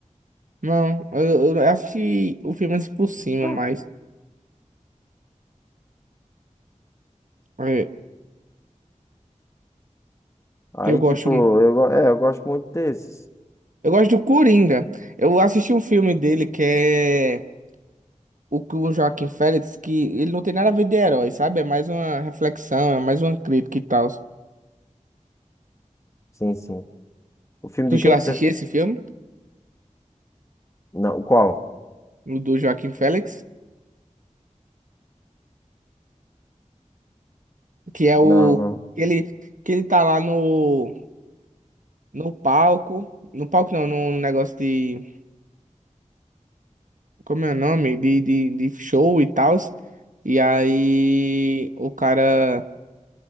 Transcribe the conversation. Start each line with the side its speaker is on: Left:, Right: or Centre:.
Right: Não, eu, eu assisti o filme assim por cima,
Left: Tá.
Right: mas é,
Left: Aí,
Right: eu gosto...
Left: tipo, eu, go- é, eu gosto muito desses.
Right: Eu gosto do Coringa. Eu assisti um filme dele que é o que o Joaquim Félix, que ele não tem nada a ver de herói, sabe? É mais uma reflexão, é mais uma crítica e tal.
Left: Sim, sim. O filme
Right: Tu
Left: de
Right: chegou
Left: quem
Right: a
Left: que
Right: assistir
Left: você. f-
Right: esse filme?
Left: Não, o qual?
Right: O do Joaquim Félix? Que é o.
Left: Não, não.
Right: Ele, que ele tá lá no. No palco. No palco não, num negócio de. Como é o nome? De, de, de show e tal. E aí. O cara